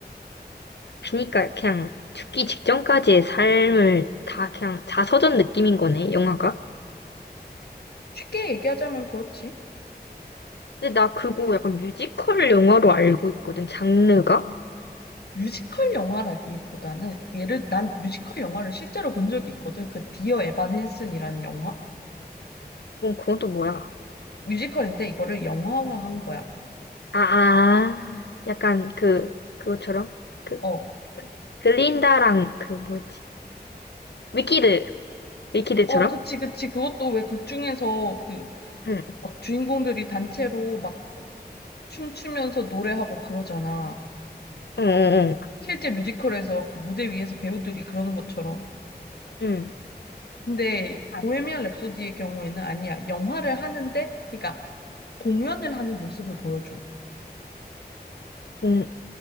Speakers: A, on the left; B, on the left.
A: 그니까 그냥 죽기 직전까지의 삶을 다 그냥 자서전 느낌인 거네, 영화가.
B: 쉽게 얘기하자면 그렇지.
A: 근데 나 그거 약간 뮤지컬 영화로 알고 있거든, 장르가.
B: 뮤지컬 영화라기보다는 예를 난 뮤지컬 영화를 실제로 본 적이 있거든. 그 디어 에반 헨슨이라는 영화.
A: 어, 그건 또 뭐야?
B: 뮤지컬인데 이거를 영화화한 거야.
A: 아, 아, 약간 그, 그것처럼? 그,
B: 어.
A: 글린다랑 그 뭐였지? 위키드, 위키드처럼?
B: 어, 그치, 그치. 그것도 왜 극 중에서 그
A: 응,
B: 막 주인공들이 단체로 막 춤추면서 노래하고 그러잖아.
A: 응, 응,
B: 실제 뮤지컬에서 그 무대 위에서 배우들이 그러는 것처럼.
A: 응. 응.
B: 근데
A: 아,
B: 보헤미안 랩소디의 경우에는 아니야. 영화를 하는데, 그러니까 공연을 하는 모습을 보여줘.
A: 공,